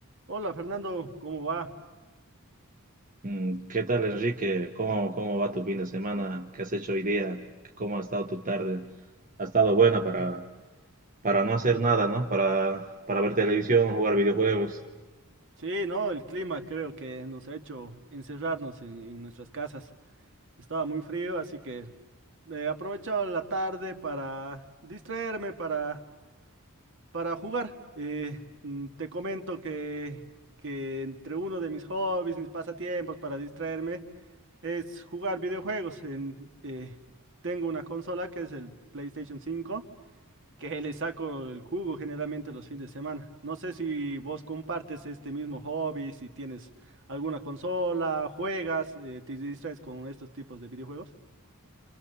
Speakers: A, on the right; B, on the right.
A: Hola Fernando, ¿cómo va?
B: Mm, ¿Qué tal, Enrique? ¿Cómo, cómo va tu fin de semana? ¿Qué has hecho hoy día? ¿Cómo ha estado tu tarde? ¿Ha estado buena para, para no hacer nada, ¿no? Para, para ver televisión, jugar videojuegos.
A: Sí, no, el clima creo que nos ha hecho encerrarnos en, en nuestras casas. Estaba muy frío, así que he aprovechado la tarde para distraerme, para, para jugar. Eh, mm, te comento que, que entre uno de mis hobbies, mis pasatiempos para distraerme, es jugar videojuegos. En, eh, tengo una consola que es el PlayStation cinco. que le saco el jugo generalmente los fines de semana. No sé si vos compartes este mismo hobby, si tienes alguna consola, juegas, eh, te distraes con estos tipos de videojuegos.